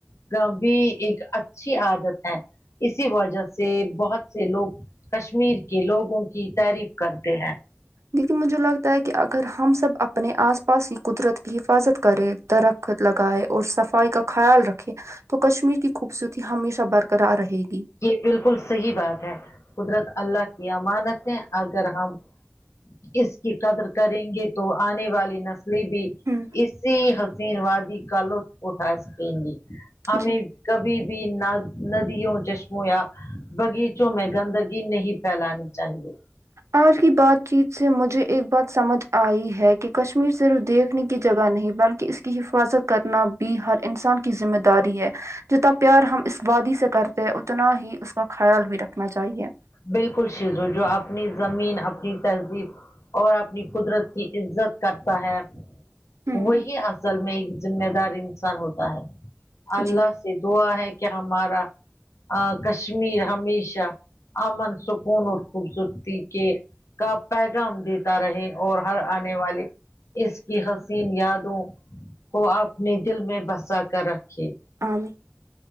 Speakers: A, on the left; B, on the right.
A: کبھی ایک اچھی عادت ہے اسی وجہ سے بہت سے لوگ کشمیر کے لوگوں کی تعریف کرتے ہیں
B: لیکن مجھے لگتا ہے کہ اگر ہم سب اپنے آس پاس کی قدرت کی حفاظت کرے درخت لگائے اور صفائی کا خیال رکھے تو کشمیر کی خوبصورتی ہمیشہ برقرار رہے گی
A: یہ بالکل صحیح بات ہے قدرت اللہ کی امانت ہے اگر ہم اس کی قدر کریں گے تو آنے والی نسلیں بھی
B: ہوں
A: اسی حسین وادی کا لطف اٹھا سکیں گے ہمیں
B: جی
A: کبھی بھی نہ ندیوں جش یا بغیچوں میں گندگی نہیں پھیلانی چاہیے
B: آج کی بات چیت سے مجھے ایک بات سمجھ آئی ہے کہ کشمیر صرف دیکھ نے کی جگہ نہیں بلکہ اس کی حفاظت کرنا بھی ہر انسان کی ذمہ داری ہے جتنا پیار ہم اس وادی سے کرتے ہیں اتنا ہی اس کا خیال بھی رکھنا چاہیے
A: بالکل شیزو جو اپنی زمین اپنی تہذیب اور اپنی قدرت کی عزت کرتا ہے
B: ہوں
A: وہی اصل میں ایک ذمہ دار انسان ہوتا ہے اللہ
B: جی
A: سے دعا ہے کہ ہمارا ا کشمیر ہمیشہ امن سکون اور خوبصورتی کے کا پیغام دیتا رہے اور ہر آنے والی اس کی حسین یادوں کو اپنے دل میں بسا کر رکھیے
B: آں